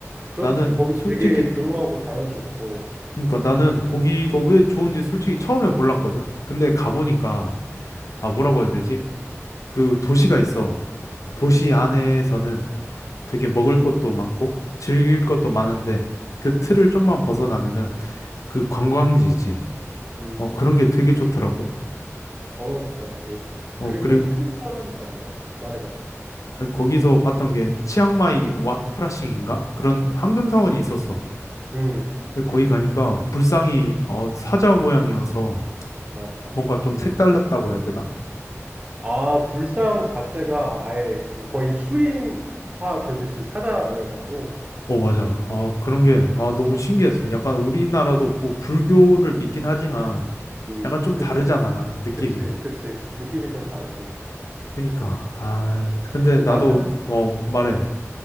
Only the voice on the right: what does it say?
그렇지.
거기
되게 조용하고 자연 좋고.
응,
응,
응,
응.
관광지 맞지.
그리고
태국 사람, 아, 맞아. 말해, 말해.
응,
아.
아, 불상 자체가 아예 뭐 거의 수인화 되듯이 사자 모양이라고.
응,
그,
그치, 그치. 느낌이 좀 다르지.
나는,